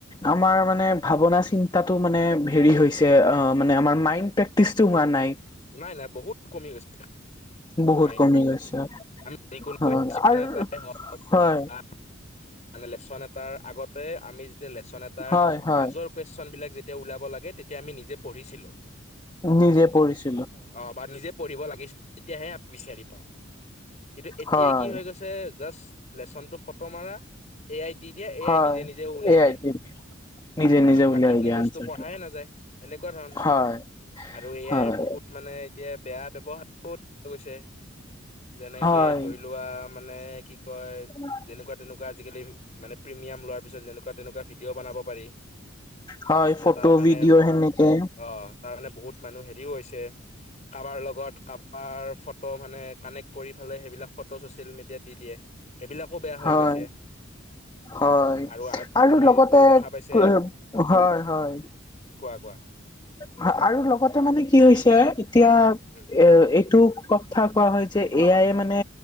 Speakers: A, on the left; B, on the left.
A: আমাৰ মানে ভাৱনা চিন্তাটো মানে হেৰি হৈছে। মানে আমাৰ মাইণ্ড প্ৰেক্টিচটো হোৱা নাই।
B: নাই-নাই বহুত কমি গৈছে।
A: বহুত
B: মাইডৰ
A: কমি
B: প্ৰেক্টিচ
A: গৈছে
B: বিলাক। আমি যি
A: হয়
B: কোনো <unintelligible>
A: আৰু
B: হওক
A: হয়
B: বা মানে লেচন এটাৰ আগতে আমি যেতিয়া লেচন এটাৰ
A: হয় হয়
B: মাজৰ কুইৱেচন বিলাক যেতিয়া ওলাব লাগে, তেতিয়া আমি নিজে পঢ়ছিলোঁ।
A: নিজে পঢ়িছোঁ।
B: অ, বা নিজে পঢ়িব লাগিছিল। তেতিয়াহে আমি বিচাৰি পাও। কিন্তু এতিয়া
A: হয়
B: কি হৈ গৈছে এ, জাষ্ট লেচনটো ফটো মাৰা এ আইত দি দিয়া, এ
A: হয়
B: আই নিজে-নিজে ওলাই
A: এয়াই
B: দিয়ে।
A: নিজে
B: ত'
A: নিজে
B: আমি
A: উলিয়াই
B: বাকী খিনি
A: দিয়া
B: বস্তু
A: আনচাৰটো
B: পঢ়াই নাযায়। এনেকুৱা ধৰণৰ
A: হয়
B: আৰু এয়াইৰ
A: হয়
B: বহুত মানে এতিয়া বেয়া ব্যৱহাৰও দেখা গৈছে। যেনেকে
A: হয়
B: ধৰি লোৱা মানে কি কয়
A: <unintelligible>
B: যেনেকুৱা-তেনেকুৱা আজিকালি মানে প্ৰিমিয়াম লোৱাৰ পিছত যেনেকুৱা-তেনেকুৱা ভিডিঅ' বনাব পাৰি।
A: হয়
B: ত'
A: ফটো
B: তাৰ কাৰণে
A: ভিডিঅ'
B: বহুত
A: সেনেকে
B: অ, তাৰ কাৰণে বহুত মানুহ হেৰিও হৈছে। কাবাৰ লগত কাবাৰ ফটো মানে কানেক্ট কৰি ফালে সেইবিলাক ফটো ছচিয়েল মিডিয়াত দি দিয়ে। সেইবিলাকো বেয়া
A: হয়
B: হৈ গৈছে।
A: হয়
B: আৰু
A: আৰু
B: তুমিতো
A: লগতে
B: দেখা পাইছে
A: <unintelligible> হয়-হয়।
B: কোৱা-কোৱা?
A: ভা আৰু লগতে মানে কি হৈছে এতিয়া
B: উম।
A: এ, এইটো কথা কোৱা হয় যে এ আই মানে